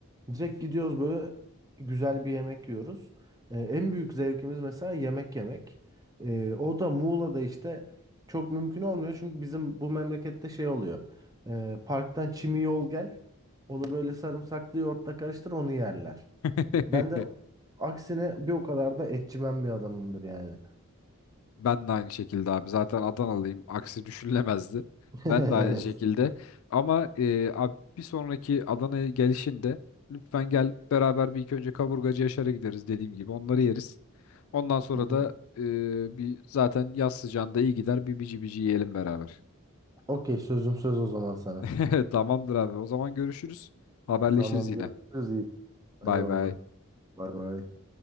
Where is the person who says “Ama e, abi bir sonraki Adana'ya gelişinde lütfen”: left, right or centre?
Left